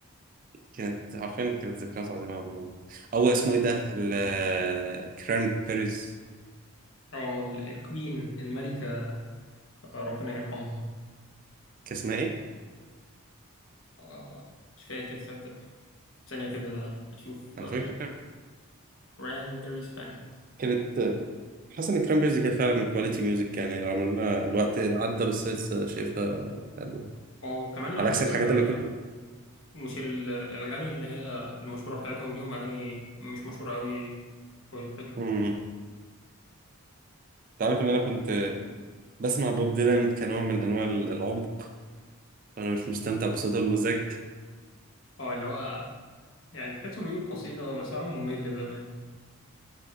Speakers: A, on the right (about 35°); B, on the left (about 60°).
A: كانت عارفين كانت ذكريات عظيمة يا برو او اسمه ايه ده الكران بيريز
B: اه ال- الكوين الملكة آه، ربنا يرحمها
A: كان اسمها ايه؟
B: آه، مش فاكر صدق ثانية كده أشوف
A: انا
B: آه،
A: فاكر
B: رام بيري سبانت
A: كانت حاسس ان الكرامبرز كانت فعلا كواليتي ميوزك يعني رغم ان الوقت عدى بس لسه شايفها حلوة
B: وكمان على
A: على عكس
B: فكرة
A: الحاجات اللي كنت
B: مش ال- الأغاني اللي هي المشهورة بتاعتهم دي هم أغاني مش مشهورة أوي والحلو
A: مم. تعرف ان انا كنت بسمع بوب ديلان كنوع من انواع العمق انا مش مستمتع بصوته المزعج
B: اه اللي هو يعني تحسه بيقول قصيدة بس هو ممل بأمانة